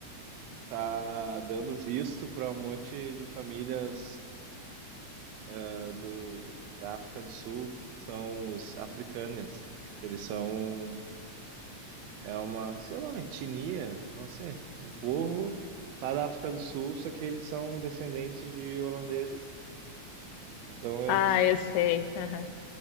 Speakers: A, on the right; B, on the left.
A: tá dando visto para um monte de famílias ah, do, da África do Sul, que são os africaners. Eles são É uma, sei lá, uma etnia, não sei, um povo lá da África do Sul, só que eles são descendentes de holandeses. Então eles
B: Ah, eu sei. <laughs> Aham.